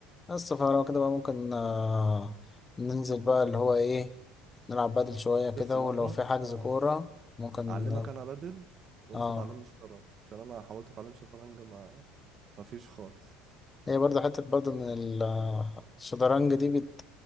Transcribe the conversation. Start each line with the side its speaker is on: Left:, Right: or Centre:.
Left: بس فلو كده بقى ممكن آه، ننزل بقى اللي هو ايه نلعب بدل
Right: ممكن
Left: شويه
Right: ننزل
Left: كده
Right: في مره
Left: ولو في حجز
Right: اه
Left: كوره ممكن
Right: اعلمك انا بدل وانت
Left: اه
Right: تعلمني شطرنج عشان انا حاولت اتعلم شطرنج ما ما فيش خالص
Left: هي برضه حتة برضه إن ال- الشطرنج دي بت-